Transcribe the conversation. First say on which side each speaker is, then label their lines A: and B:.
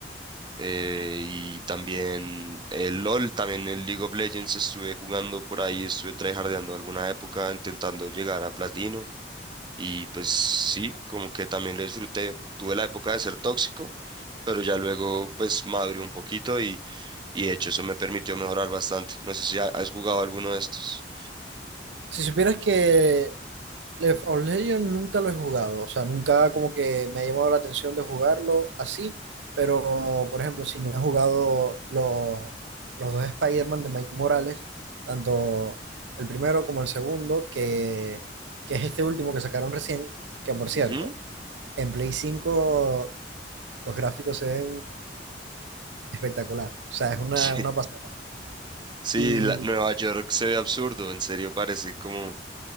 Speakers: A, on the right; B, on the right.
A: eh, y también el LOL, también el League of Legends estuve jugando por ahí, estuve tryhardeando alguna época intentando llegar a platino y pues sí, como que también lo disfruté. Tuve la época de ser tóxico, pero ya luego pues maduré un poquito y, y de hecho eso me permitió mejorar bastante. No sé si ha- has jugado alguno de estos.
B: Si supieras que Left 4 Legend nunca lo he jugado, o sea, nunca como que me ha llamado la atención de jugarlo así, pero por ejemplo, si me he jugado los, los dos Spider-Man de Mike Morales, tanto el primero como el segundo, que, que es este último que sacaron recién, que por cierto,
A: Ujú. <laughs>
B: en Play cinco los gráficos se ven espectacular, o sea, es una,
A: Sí,
B: una pasada.
A: sí,
B: Y
A: la- Nueva York se ve absurdo, en serio parece como